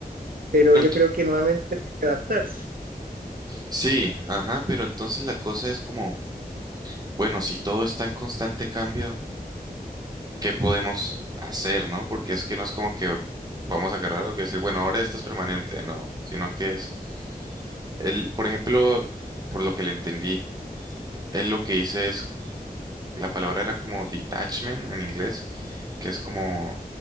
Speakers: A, on the right; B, on the right.
A: pero
B: Pero
A: yo creo que nuevamente hay que adaptarse.
B: Sí, ajá, pero entonces la cosa es como, bueno, si todo está en constante cambio, ¿qué podemos hacer, no? Porque es que no es como que vamos a agarrar algo y decir, bueno, ahora esto es permanente, no, sino que es, él, por ejemplo, por lo que le entendí, él lo que dice es, la palabra era como detachment en inglés, que es como,